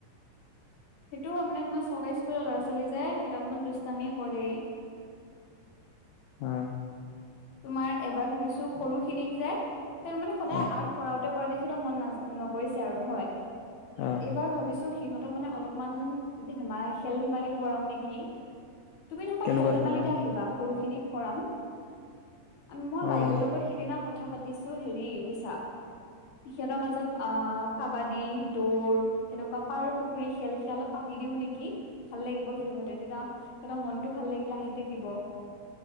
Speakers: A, on the left; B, on the left.
A: সেইটো মানে তোমাৰ চৰকাৰী স্কুলৰ লৰা ছোৱালী যে, সিহঁত অকমান দুষ্টামি কৰেই।
B: অঁ।
A: তোমাৰ এবাৰ ভাবিছো সৰু খিনিক যে, সি মানে সদায়
B: অ',
A: আৰ্ট- কৰাওতে কৰাওতে সেইটো মন নাজ নগৈছে আৰু হয়।
B: অঁ
A: এইবাৰ ভাবিছো সিহঁতক মানে অলপমান ধেমাই খেল ধেমালিও কৰাও নেকি? তুমি নহবা
B: তেনেকুৱা
A: খেল ধেমালিতে
B: ধৰণৰ
A: আহিবা সৰু খিনিক কৰাম। মই
B: অ',
A: বাইদেউৰ লগত সেইদিনা কথা পাতিছো হেৰি বুজিছা। সিহঁতৰ মাজত অ', কাবাডী, দৌৰ সেনেকুৱা পাৰ পুখুৰী খেল সেয়া অলপ পাতি দিও নেকি। ভাল লাগিব সিহঁতে তেতিয়া সিহঁতৰ মনতটো ভাল লাগিলে আহি থাকিব।